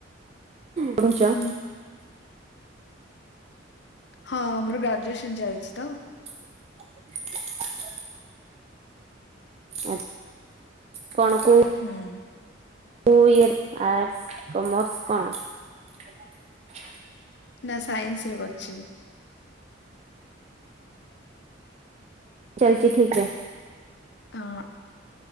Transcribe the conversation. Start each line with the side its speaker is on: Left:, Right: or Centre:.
Right: ରହୁଛ
Left: ହୁଁ
Right: <inaudible>
Left: ହଁ ଆମର ଗ୍ରାଜୁଏସନ ଚାଲିଛି ତ।
Right: <inaudible> ଆ କଣ କଉ
Left: ହୁଁ।
Right: ଓୟର୍ ଆର୍ଟସ୍ କମର୍ସ କଣ? <inaudible>
Left: ନା ସାଇନ୍ସ ରେ କରିଛି।
Right: ଚାଲଚି ଠିକରେ
Left: ହଁ।